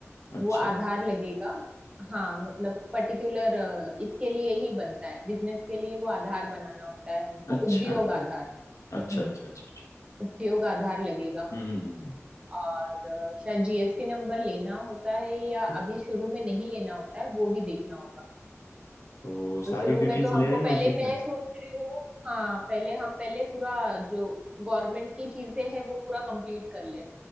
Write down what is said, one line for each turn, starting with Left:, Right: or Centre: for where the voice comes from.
Left: अच्छा
Right: वो आधार लगेगा हाँ मतलब पर्टिकुलर इसके लिए ही बनता है बिजनेस के लिए वो आधार बनाना होता है हमको
Left: अच्छा
Right: उद्योग आधार
Left: अच्छा
Right: हम्म
Left: अच्छा अच्छा अच्छा
Right: उद्योग आधार लगेगा
Left: हम्म हम्म, हम्म।
Right: और शायद जीएसटी नंबर लेना होता है या
Left: हम्म।
Right: अभी शुरू में नहीं लेना होता है वो भी देखना होगा
Left: तो
Right: तो
Left: सारी
Right: शुरू
Left: डिटेल्स
Right: में तो हमको
Left: ले लेंगे
Right: पहले
Left: उसी
Right: मैं
Left: से
Right: सोच रही हूँ हाँ पहले हम पहले पूरा जो गवर्नमेंट की चीजें हैं वो पूरा कंप्लीट कर ले